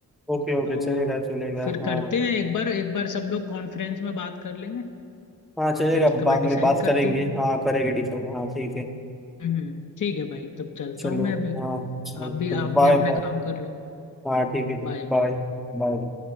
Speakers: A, in the centre; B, on the left.
A: ओके ओके
B: तो
A: चलेगा चलेगा
B: फिर
A: हाँ
B: करते हैं एक बार एक बार सब लोग कॉन्फ्रेंस में बात कर लेंगे
A: हाँ
B: और
A: चलेगा
B: फिर उसके बाद
A: बाद
B: डिसाइड
A: में बात
B: करते
A: करेंगे
B: हैं
A: हाँ करेंगे डिस्कस हाँ ठीक है
B: हम्म ठीक है भाई तब चलता
A: चलो
B: हूँ मैं अभी
A: हाँ चलो
B: आप भी आप
A: बाय
B: भी अपना
A: बाय
B: काम कर लो
A: हाँ ठीक है ठीक
B: Bye
A: है बाय
B: bye
A: बाय